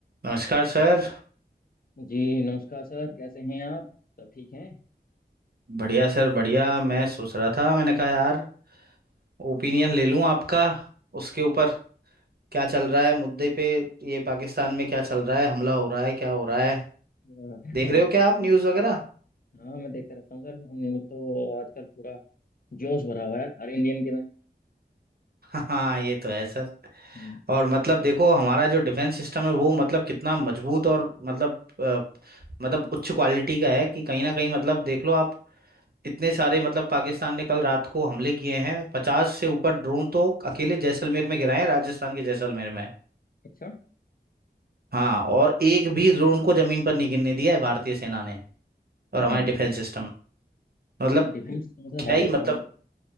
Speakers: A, on the right; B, on the left.
A: नमस्कार सर
B: जी नमस्कार सर कैसे हैं आप सब ठीक हैं
A: बढ़िया सर बढ़िया मैं सोच रहा था मैंने कहा यार ओपिनियन ले लूं आपका उसके ऊपर क्या चल रहा है मुद्दे पे ये पाकिस्तान में क्या चल रहा है हमला हो रहा है क्या हो रहा है
B: अ,
A: देख
B: हाँ
A: रहे हो क्या आप न्यूज़ वगैरह
B: हाँ, मैं देखता रहता हूँ सर न्यूज़ तो आजकल पूरा जोश भरा हुआ है हर इंडियन के में
A: <laughs> हाँ ये तो है सर
B: हम्म,
A: और मतलब देखो हमारा जो डिफेंस सिस्टम है वो मतलब कितना मजबूत और मतलब अ, मतलब उच्च क्वालिटी का है कि कहीं ना कहीं मतलब देख लो आप इतने सारे मतलब पाकिस्तान ने कल रात को हमले किए हैं पचास से ऊपर ड्रोन तो अकेले जैसलमेर में गिराए हैं राजस्थान के जैसलमेर में
B: अच्छा
A: हाँ और एक भी ड्रोन को जमीन पर नहीं गिरने दिया है भारतीय सेना ने और
B: हम्म
A: हमारे डिफेंस सिस्टम मतलब
B: डिफेंस तो मतलब
A: क्या
B: है
A: ही
B: गजब
A: मतलब
B: हमारा